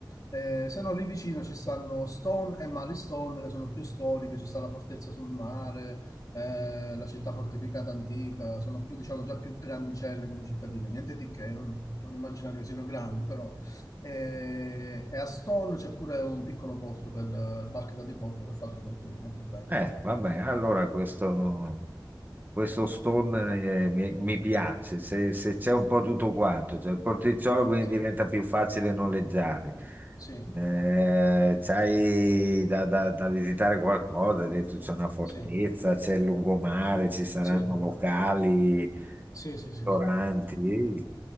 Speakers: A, on the left (about 50°); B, on the right (about 25°).
A: Eh, se no, lì vicino ci stanno Stone e Malistone, che sono più storiche, ci sta la fortezza sul mare, eh, la città fortificata antica, sono più, diciamo, già più grandicelle come cittadine, niente di che, non, non immaginate che siano grandi, però e, e a Stone c'è pure un piccolo porto per eh, barche da diporto che è fatto molto, molto bene.
B: Eh, vabbè, allora questo... Questo Stone eh, mi, mi piace, se, se c'è un po' tutto quanto, cioè il porticciolo quindi
A: Sì,
B: diventa più facile noleggiare.
A: sì,
B: Eh, c'hai da, da- da visitare qualcosa, hai detto c'è una fortezza,
A: sì,
B: c'è il lungomare, ci saranno
A: sì,
B: locali,
A: sì, sì,
B: ristoranti.
A: sì, sì,